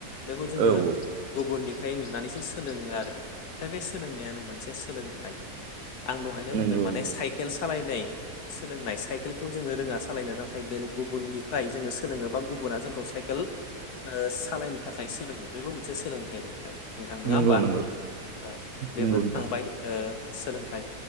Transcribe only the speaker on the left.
बेखौ जोङो
गुबुननि। फाय नुनानैसो सोलोङो आरो दा बे सोलोंनायानो मोनसे सोलोंथाइ। आं दहायनो
बुंदों माने
साइकेल सालायनाय। सोलोंनाय साइकेलखौ जोङो रोङा सालायनो नाथाय बेलेग गुबुननिफ्राय जोङो सोलोङो बा गुबुन। गुबुना जोंखौ साइकेल ओ सालायनो थाखाय सोलोङो बेबो मोनसे सोलोंथाइ नोंथाइ। नोंथां नङा
ओमबा?
ओ बेफोर
थांबाय ओ। सोलोंथाइ